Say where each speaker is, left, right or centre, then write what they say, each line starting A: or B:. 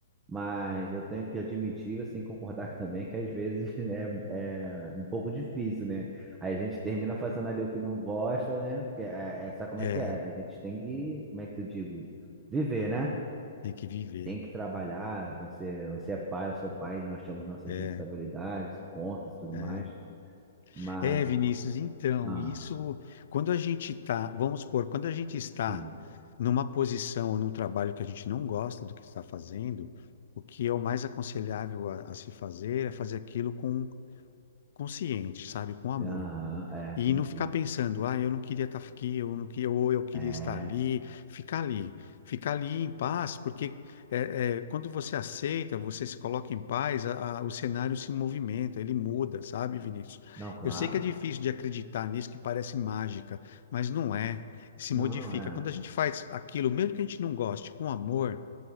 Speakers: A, on the right (about 20°); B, on the left (about 60°).
A: Mas eu tenho que admitir, assim, concordar <laughs> também que às vezes <laughs> né, é um pouco difícil, né? Aí a gente termina fazendo ali o que não gosta, né? Porque é, é, sabe como
B: é.
A: é que é? A gente tem que, como é que eu digo? Viver, né?
B: Tem que viver.
A: tem que trabalhar, você, você é pai, eu sou pai, nós temos nossas
B: É,
A: responsabilidades, contas e tudo
B: é.
A: mais. Mas,
B: É, Vinícius, então,
A: ah,
B: isso, quando a gente está, vamos supor, quando a gente está
A: sim,
B: numa posição ou num trabalho que a gente não gosta do que está fazendo, o que é o mais aconselhável a, a se fazer é fazer aquilo com consciente, sabe, com amor.
A: aham, é, entendi.
B: E não ficar pensando, ah, eu não queria estar aqui, eu não queria, ou eu queria
A: É,
B: estar ali, ficar ali, ficar ali em paz, porque é, é, quando você aceita, você se coloca em paz, a- a- o cenário se movimenta, ele muda, sabe, Vinícius?
A: não, claro,
B: Eu sei que é difícil de acreditar nisso, que parece mágica, mas não é, se
A: não,
B: modifica.
A: é.
B: Quando a gente faz aquilo, mesmo que a gente não goste, com amor,